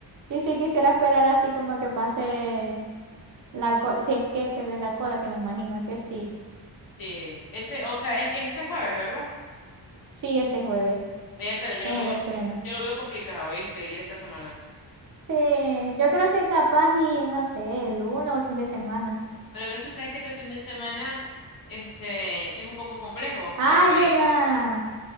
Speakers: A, on the right; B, on the left.
A: y sí quisiera esperar así como que pase la cola, si es que se ve la cola, que me imagino que sí.
B: Sí, ese, o sea, es que este jueves, ¿verdad?
A: Sí, este jueves
B: Vértale, yo
A: es
B: lo
A: el
B: veo,
A: estreno.
B: yo lo veo complicado, ¿viste? Ir esta semana.
A: Sí, yo creo que capaz y no sé, el lunes o el fin de semana.
B: Pero que tú sabes que este fin de semana este, es un poco complejo
A: Ay,
B: en el país.
A: ¿verdad?